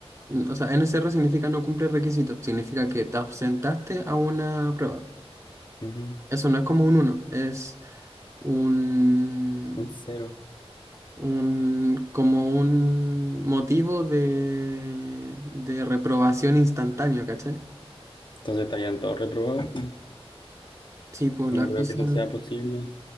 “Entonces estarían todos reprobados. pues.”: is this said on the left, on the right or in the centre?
Left